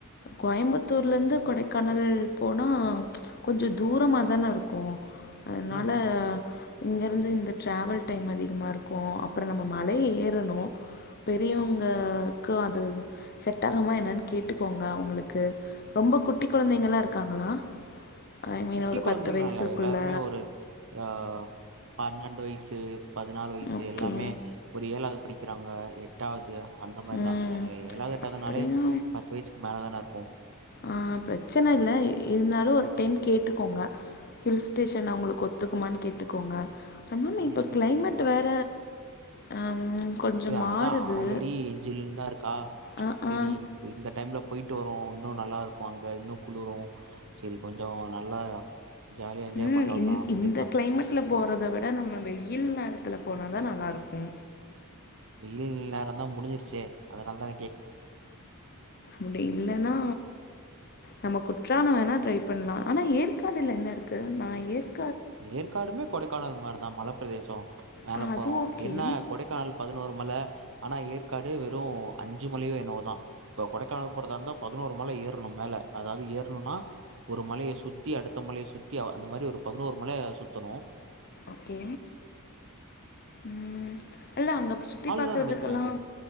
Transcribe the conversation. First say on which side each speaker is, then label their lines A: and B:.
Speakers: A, on the left; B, on the right.
A: கோயம்புத்தூர்ல இருந்து கொடைக்கானல் போனா கொஞ்சம் தூரமா தான இருக்கும் அதனால
B: ம் ம்
A: இங்க அது இந்த டிராவல் டைம் அதிகமா இருக்கும் அப்புறம் நம்ம மலை ஏறணும் பெரியவங்களுக்கு அது செட் ஆகுமா என்னன்னு கேட்டுக்கோங்க அவங்களுக்கு ரொம்ப குட்டி குழந்தைங்களா இருக்காங்களா ஐ மீன்
B: குட்டி
A: ஒரு
B: குழந்தைங்களாம்
A: பத்து வயசுக்குள்ள
B: இல்ல எல்லாருமே ஒரு அஹ் பன்னெண்டு வயசு பதினாலு வயசு
A: ஓகே
B: எல்லாமே ஒரு ஏழாது படிக் க்கிறாங்க எட்டாவ்து அந்த மாரிதா
A: ம்
B: ஏலாது எட்டாதுனாலே
A: அப்படின்னா
B: பத்து வயசுக்கு மேல தான இரு க்கு
A: ஆஹ் பிரச்சன இல்லை இருந்தாலு ஒரு டைம் கேட்டுக்கோங்க ஹில் ஸ்டேஷன் அவங்களுக்கு ஒத்துக்குமான்னு கேட்டுக்கோங்க ஆனா இப்ப
B: ம்.
A: கிளைமட் வேற ஹம், கொஞ்சம்
B: எ
A: மாறுது
B: அதா ஆல்ரெடி எஜ்ல இருந்து தா இருக்கா ப்ச்
A: ஆ
B: செரி
A: ஆ
B: இப் இந்த டைம்ல போயி ட்டு வருவோ இன்னு நல்லா இருக்கு அங்க இன்னு குளிரு செரி கொஞ்சோ நல்லா ஜாலியா என்ஜாய்
A: உம்
B: பண்ட்டு வரலா அப்டின்தா.
A: இந்த கிளைமேட்ல போறத விட நம்ம வெய்யில் நேரத்துல போனாதா நல்லா இருக்கு
B: வெய்யில் நேரந்தா முடிஞ்சிருச்சே அதனாலதா
A: அப்படி இல்ல ஆனா நம்ம குற்றாளம் வேணா ட்ரை பண்ணலா ஆனா ஏற்காடில என்ன இருக்கு நா ஏற்
B: ஏற்காடுமே கொடைக்கானல் மாரிதா மலைப்பிரதேசோ மேலப்போறோ
A: ஆ அது ஓகே
B: என்ன கொடைக்கானல் பதினோரு மல ஆனா ஏற்காடு வெறு அஞ்சு மலயோ என்னவோதா இப்ப கொடைக்கானல் போறதா இருந்தா பதினோரு மல ஏறணு மேல அதாவது ஏறனுன்னா ஒரு மலையசுத்தி அடுத்த மலைய சுத்தி அந்த மாரி ஒரு பதினோரு மலய சுத்தணு
A: ஓகே ம் இல்ல அங்க சுத்தி பாக்கறதுக்கெல்லா
B: தான் நெனைக்கிறேன் இது.